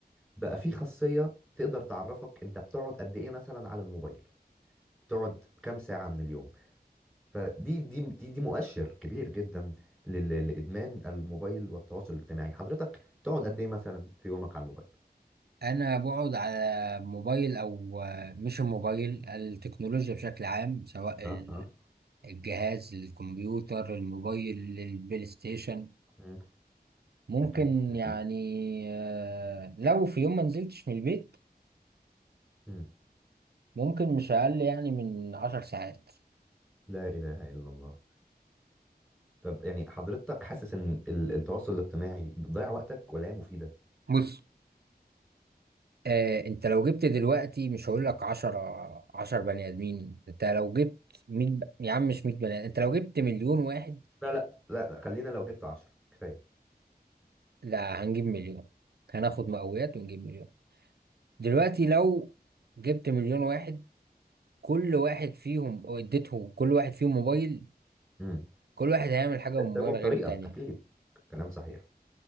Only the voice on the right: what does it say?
أنا بقعد على موبايل أو آه، مش الموبايل التكنولوجيا بشكل عام سواء
ال-
الجهاز الكمبيوتر الموبايل البلاي ستيشن
ممكن
يعني آه، لو في يوم ما نزلتش من البيت
ممكن مش أقل يعني من عشر ساعات
بص آه انت لو جبت دلوقتي مش هقول لك 10 10 بني ادمين انت لو جبت 100 ب... يا عم مش 100 بني آدم، انت لو جبت مليون واحد
لا هنجيب مليون هناخد مقاويات ونجيب مليون دلوقتي لو جبت مليون واحد كل واحد فيهم أو اديته كل واحد فيهم موبايل
كل واحد هيعمل حاجة بالموبايل
غير التانية